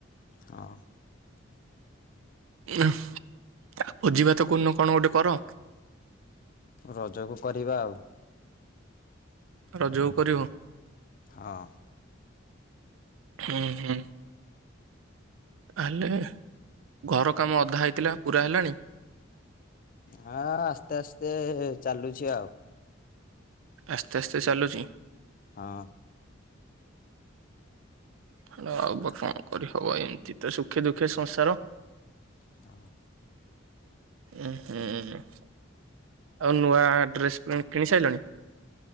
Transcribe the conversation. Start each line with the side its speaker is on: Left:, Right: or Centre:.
Left: ହଁ।
Right: ଆଉ ଭୋଜି ଭାତ କୋଦିନ କଣ ଗୋଟେ କର।
Left: ରଜକୁ କରିବା ଆଉ।
Right: ରଜ କୁ କରିବ?
Left: ହଁ।
Right: ହୁଁ--ହୁଁ ତାହେଲେ, ଘର କାମ ଅଧା ହେଇଥିଲା। ପୁରା ହେଲାଣି?
Left: ହଁ ଆସ୍ତେ, ଆସ୍ତେ ଚାଲୁଛି ଆଉ।
Right: ଆସ୍ତେ ଆସ୍ତେ ଚାଲୁଛି?
Left: ହଁ।
Right: ହେଲୋ ଆଉ ବା କଣ କରିହବ। ଏମିତି ତ ସୁଖେ ଦୁଃଖେ ସଂସାର।
Left: <unintelligible>
Right: ଉହୁଁ--ଆଉ ନୂଆ ଡ୍ରେସ ପେଣ୍ଟେ କିଣି ସାରିଲଣି?